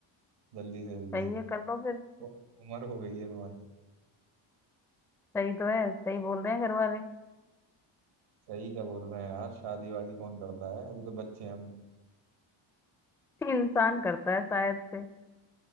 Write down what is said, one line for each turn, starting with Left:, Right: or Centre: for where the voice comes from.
Right: जल्दी से जल्दी
Centre: सही है कर लो फिर
Right: उ- उम्र हो गई है तुम्हारी
Centre: सही तो है सही बोल रहे हैं घर वाले
Right: सही क्या बोल रहे हैं यार शादी वादी कौन करता है अभी तो बच्चे हैं हम
Centre: <laughs> इंसान करता है शायद से